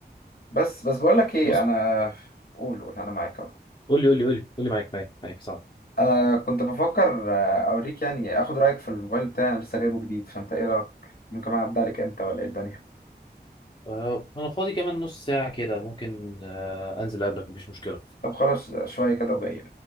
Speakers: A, on the left; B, on the left.
A: بس بس بقول لك ايه
B: بص
A: انا قول قول انا معاك اهو
B: قول لي قول لي قول لي قول لي معاك معاك معاك صعب
A: انا كنت بفكر آه، اوريك يعني اخد رايك في الموبايل بتاعي انا لسه جايبه جديد فانت ايه رايك ممكن اعدي عليك انت ولا ايه الدنيا
B: آه، انا فاضي كمان نص ساعه كده ممكن آه، انزل قبلك مفيش مشكله
A: طب خلاص شويه كده وجاي